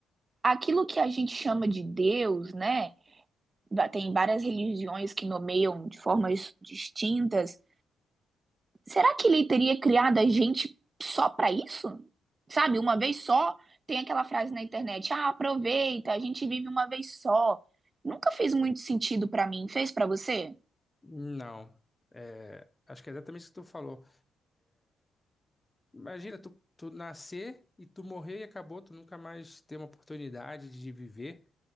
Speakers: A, on the right; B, on the left.
A: aquilo que a gente chama de Deus, né? Va- Tem várias religiões que nomeiam de formas distintas Será que ele teria criado a gente só pra isso? Sabe, uma vez só, tem aquela frase na internet: "Ah, aproveita, a gente vive uma vez só". Nunca fez muito sentido pra mim, fez pra você?
B: Não. É, Acho que é exatamente isso que tu falou. Imagina, tu, tu nascer e tu morrer e acabou, tu nunca mais ter uma oportunidade de viver.